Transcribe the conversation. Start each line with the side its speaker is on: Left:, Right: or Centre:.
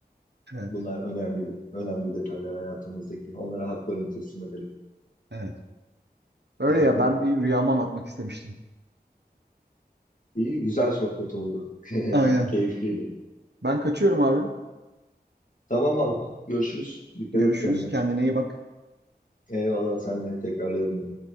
Right: Evet.
Left: Bunlar önemli önemli detaylar hayatımızdaki. Onlara haklarını teslim edelim.
Right: Evet. Öyle
Left: <laughs>
Right: ya ben bir rüyamı anlatmak istemiştim.
Left: İyi, güzel sohbet oldu. <laughs>
Right: Aynen.
Left: Keyifliydi.
Right: Ben kaçıyorum abi.
Left: Tamam abi. Görüşürüz. Dikkat
Right: Görüşürüz.
Left: et kendine.
Right: Kendine iyi bak.
Left: Eyvallah sen de tekrarlayalım bunu.